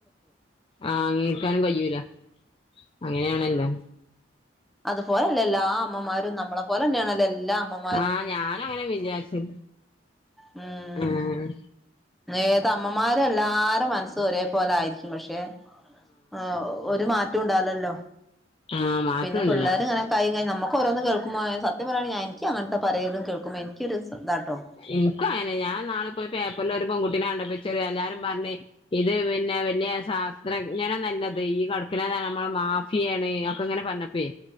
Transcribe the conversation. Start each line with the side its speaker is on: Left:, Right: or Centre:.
Left: ആഹ് അങ്ങികരിക്കാനും കയ്യുല അങ്ങനെയാണല്ലോ.
Centre: അതുപോലെല്ലാ ആ അമ്മമാരും നമ്മളെ പോലന്നെയണല്ല എല്ലാ അമ്മമാ
Left: ആഹ് ഞാനങ്ങനെ വിചാരിച്ചു
Centre: ഉം
Left: ആഹ്
Centre: ഏതമ്മമാരെ എല്ലാരെ മനസ്സും ഒരേ പോലയിരിക്കും പക്ഷേ ആഹ് ഒരു മാറ്റും ഇണ്ടാവുലല്ലോ
Left: ആഹ് മാറ്റമില്ല
Centre: പിന്നെ പിള്ളേരിങ്ങനെ <unintelligible> നമുക്കോരോന്ന് കേൾക്കുമ്പോ സത്യം പറയാണ് ഞാ ഇൻക് അങ്ങൻത്തെ പലേതും കേൾക്കുമ്പോ ഇൻക്കൊരിതാട്ടോ
Left: ഇൻക്കും അങ്ങനെ ഞാൻ ന്നാളിപ്പോ പേപ്പറിൽ ഒരു പെൺകുട്ടിനെ കണ്ടപ്പോ ഇച്ചരു എല്ലാരും പർഞ്ഞ് ഇത് പിന്നെ വല്യ സാസ്ത്രജ്ഞനൊന്നല്ലത് ഈ കട്ക്കണത് നമ്മളെ മാഫിയെണ് ഒക്കെങ്ങനെ പറഞ്ഞ പ്പെ